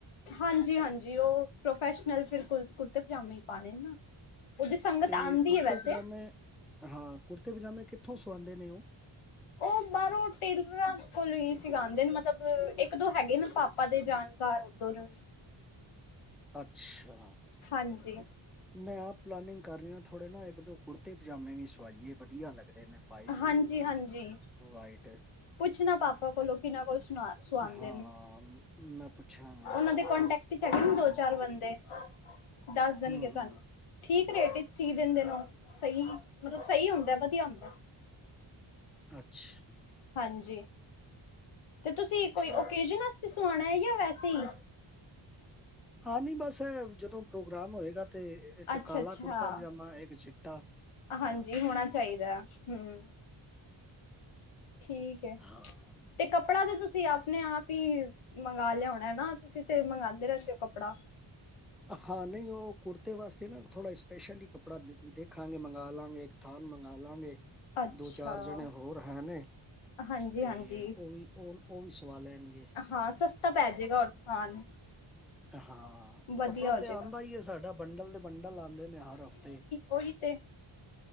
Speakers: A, on the left (about 75°); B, in the centre.
A: ਹਾਂਜੀ ਹਾਂਜੀ ਉਹ ਪ੍ਰੋਫੈਸ਼ਨਲ ਫਿਰ ਕੁੜਤੇ ਪਜਾਮੇ ਪਾਣੇ ਨਾ ਉਹਦੀ ਸੰਗਤ
B: ਅਤੇ
A: ਆਂਦੀ
B: ਕੁੜਤੇ
A: ਹੈ ਵੈਸੇ
B: ਪਜਾਮੇ ਹਾਂ ਕੁੜਤੇ ਪਜਾਮੇ ਕਿੱਥੋਂ ਸਆਉਂਦੇ ਨੇ ਉਹ
A: ਉਹ ਬਾਹਰੋਂ ਟੇਲਰਾਂ ਕੋਲ ਹੀ ਸਿਲਾਉਂਦੇ ਨੇ ਮਤਲਬ ਇੱਕ ਦੋ ਹੈਗੇ ਨੇ ਪਾਪਾ ਦੇ ਜਾਣ ਘਰ ਉੱਧਰ
B: ਅੱਛਾ
A: ਹਾਂਜੀ
B: ਮੈਂ ਆਪ ਪਲਾਨਿੰਗ ਕਰ ਰਿਹਾ। ਥੋੜੇ ਨਾ ਇੱਕ ਦੋ ਕੁੜਤੇ ਪਜਾਮੇ ਵੀ ਸਵਾਈਏ ਵਧੀਆ ਲੱਗਦੇ ਨੇ ਪਾਏ ਹੋਏ
A: ਹਾਂਜੀ
B: ਨਾ।
A: ਹਾਂਜੀ
B: ਵਾਈਟ ਏ
A: ਪੁੱਛਣਾ ਪਾਪਾ ਕੋਲੋਂ ਕਿੰਨਾ ਕੋਲੋਂ ਸੁਆਉਦੇ
B: ਹਾਂ,
A: ਨੇ,
B: ਮੈਂ ਪੁੱਛਾਂਗਾ।
A: ਉਹਨਾਂ ਦੇ ਕੋਂਟੈਕਟ ਹੈਗੇ ਨੇ ਦੋ, ਚਾਰ ਬੰਦੇ ਦੱਸ ਦੇਣਗੇ
B: ਹੂੰ,
A: ਤੁਹਾਨੂੰ
B: ਹੂੰ।
A: ਠੀਕ ਰੇਟ ਵਿੱਚ ਸੀ ਦਿੰਦੇ ਨੇ ਉਹ, ਸਹੀ ਮਤਲਬ ਸਹੀ ਹੁੰਦਾ ਵਧੀਆ ਹੁੰਦਾ
B: ਅੱਛਾ
A: ਹਾਂਜੀ ਤੇ, ਤੁਸੀਂ ਕੋਈ
B: ਠੀਕ-ਠੀਕ।
A: ਓਕੇਜਨ ਸੁਆਣਾ ਹੈ ਜਾਂ, ਵੈਸੇ ਹੀ
B: ਹਾਂ, ਨਹੀਂ ਬਸ ਜਦੋਂ ਪ੍ਰੋਗਰਾਮ ਹੋਏਗਾ! ਤੇ ਇੱਕ
A: ਅੱਛਾ-ਅੱਛਾ,
B: ਕਾਲਾ, ਕੁੜਤਾ -ਪਜਾਮਾ ਇੱਕ ਚਿੱਟਾ
A: ਹਾਂਜੀ, ਹੋਣਾ ਚਾਹੀਦਾ ਹੁ। ਠੀਕ ਹੈ,
B: ਹਾਂ।
A: ਤੇ ਕੱਪੜਾ ਤਾਂ ਤੁਸੀਂ, ਆਪਣੇ ਆਪ ਈ, ਮੰਗਵਾ ਲਿਆ ਹੋਣਾ ਹਨਾ, ਤੁਸੀਂ ਤੇ ਮੰਗਾਉਂਦੇ ਰਹਿੰਦੇ ਹੋ, ਕੱਪੜਾ
B: ਹਾਂ, ਨਈ ਉਹ ਕੁੜਤੇ ਵਾਸਤੇ ਨਾ, ਥੋੜ੍ਹਾ ਸਪੈਸ਼ਲ ਕੱਪੜਾ ਦੇਖਾਂਗੇ, ਮੰਗਵਾ ਲਵਾਂਗੇ ਥਾਨ ਮੰਗਾ ਲਾਂਗੇ
A: ਅੱਛਾ,
B: ਦੋ-ਚਾਰ ਜਣੇ ਹੋਰ ਹੈ, ਨੇ
A: ਹਾਂਜੀ-ਹਾਂਜੀ
B: ਤੇ ਉਹ ਵੀ ਉਹ -ਉਹ ਵੀ ਸਵਾ ਲੈਣਗੇ
A: ਹਾਂ, ਸਸਤਾ ਪੈ ਜਾਏਗਾ ਔਰ ਥਾਨ
B: ਹਾਂ,
A: ਵਧੀਆ
B: ਕੱਪੜਾ
A: ਹੋ
B: ਤੇ,
A: ਜਾਏਗਾ,
B: ਆਉਂਦਾ ਏ ਸਾਡਾ, ਬੰਡਲ ਦੇ ਬੰਡਲ ਆਦੇ ਨੇ, ਹਰ ਹਫ਼ਤੇ
A: ਉਹੀ ਤੇ